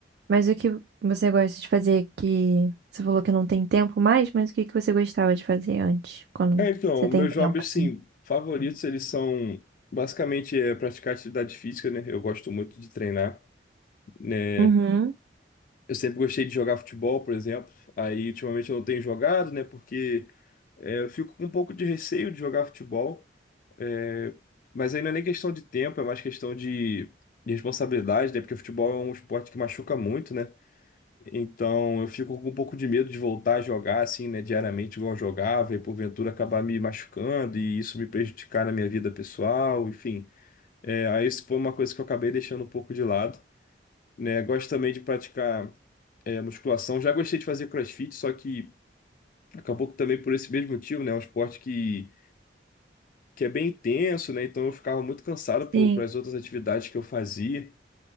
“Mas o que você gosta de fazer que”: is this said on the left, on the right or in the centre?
Right